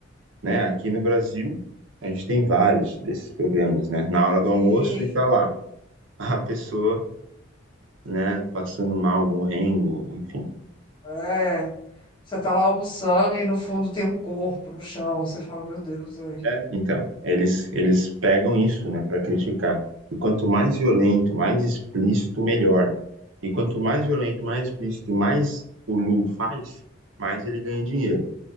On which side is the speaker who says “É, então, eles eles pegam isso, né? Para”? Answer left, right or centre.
Right